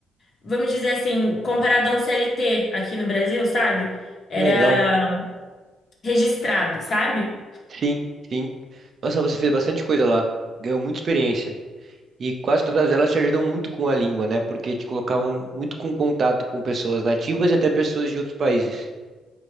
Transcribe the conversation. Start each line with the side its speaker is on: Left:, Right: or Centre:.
Left: vamos dizer assim, comparado a um CLT aqui no Brasil, sabe? Era
Right: Que legal.
Left: registrado, sabe?
Right: Sim, sim. Nossa, você fez bastante coisa lá. Ganhou muita experiência. E quase todas elas te ajudam muito com a língua, né? Porque te colocavam muito com contato com pessoas nativas e até pessoas de outros países.